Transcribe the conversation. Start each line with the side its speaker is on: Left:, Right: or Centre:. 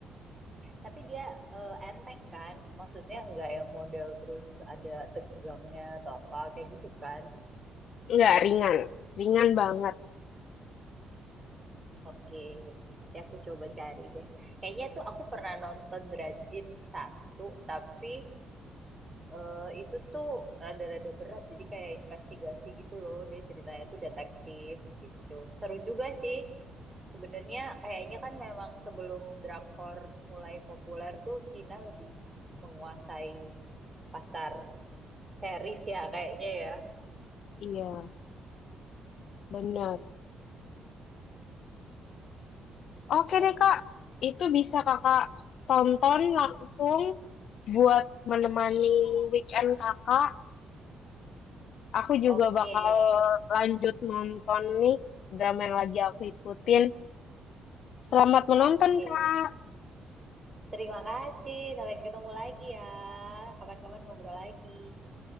Right: tapi dia eh, enteng kan? Maksudnya nggak yang model terus ada tegangnya atau apa kayak gitu kan?
Left: Nggak ringan, ringan banget.
Right: Oke, nanti aku coba cari deh. Kayaknya tuh aku pernah nonton Drajin satu, tapi eh, itu tuh rada-rada berat. Jadi kayak investigasi gitu loh. Dia ceritanya tuh detektif gitu. Seru juga sih. Sebenarnya kayaknya kan memang sebelum drakor mulai populer tuh Cina lebih menguasai pasar series ya kayaknya ya.
Left: Iya, bener. Oke
Right: Eh,
Left: deh kak, itu bisa kakak tonton langsung buat menemani weekend kakak. Aku
Right: oke.
Left: juga bakal lanjut nonton nih drama yang lagi aku ikutin. Selamat menonton
Right: Oke.
Left: kak.
Right: Terima kasih. Sampai ketemu lagi ya. Kapan-kapan ngobrol lagi.